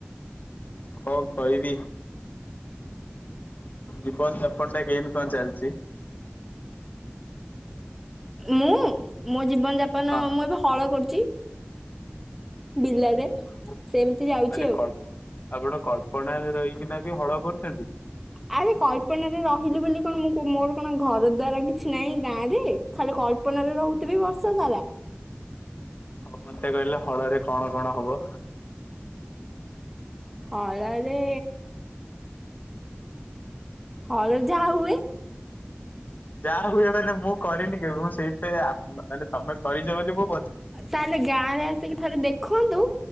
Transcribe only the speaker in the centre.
ମୁଁ ମୋ ଜୀବନ ଯାପନ
ମୁଁ ଏବେ ହଳ କରୁଛି ବିଲରେ
ସେମିତି ଯାଉଛି ଆଉ।
ଆରେ କପନାରେରେ ରହିଲି ବୋଲି କଣ ମୁଁ ମୋର କଣ ଘର ଦୁଆର କିଛି ନାହିଁ ଗାଁ ରେ ଖାଲି କଳ୍ପନା ରେ ରହୁଥିବେ ବର୍ଷ ସାରା
ହଳରେ ହଲ ଯାହା ହୁଏ
ତାହେଲେ ଗାଁ ରେ ଆସିକି ଥରେ ଦେଖନ୍ତୁ